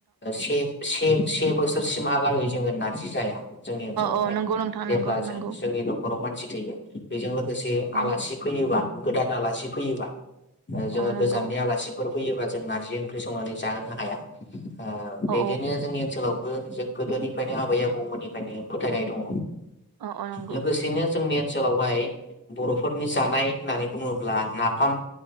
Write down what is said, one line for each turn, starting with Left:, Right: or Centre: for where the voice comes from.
Left: से-से-से बोसोरसिमहा हा लागै जोङो ना रजि जाया जोंनि ओनसोलावहाय
Right: औ नंगौ नोंथां
Left: जेब्ला
Right: नंगौ
Left: ज
Right: नंगौ
Left: जोंनि न'खराव मानसि थैयो बेजों लोगोसे
Right: औ
Left: आलासि फैयोबा गोदान आलासि फैयोबा जोङो
Right: औ नंगौ
Left: गोजाननि आलासिफोर फैयोबा जों नार्जि ओंख्रि संनानै जाहोनो हाया ओ
Right: औ
Left: बिदिनो
Right: औ
Left: जोंनि ओनसोलावबो जों गोदोनिफ्रायनो आबै आ बौ मोननिफ्रायनो फोथायनाय दङ
Right: औ औ नंगौ
Left: लोगोसेनो जोंनिया ओनसोलावहाय बर'फोरनि जानाय होननानै बुङोब्ला नाफाम